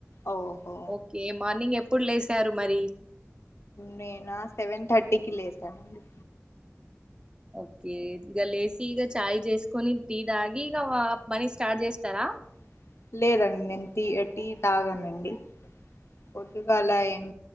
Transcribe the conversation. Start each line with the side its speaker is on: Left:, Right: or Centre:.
Left: ఓహో
Right: ఓకే మార్నింగ్ అ ఏప్పుడు లేసారు మరి
Left: నేనా సెవెన్ థర్టీకి లేసానండి
Right: ఓకే ఇక లేచి ఇక చాయ్ చేసుకొని టీ తాగి ఇగ పనీ స్టార్ట్ చేస్తారా
Left: <inaudible> లేదండి నేను టి టి తాగానండి పొద్దుగాల ఏం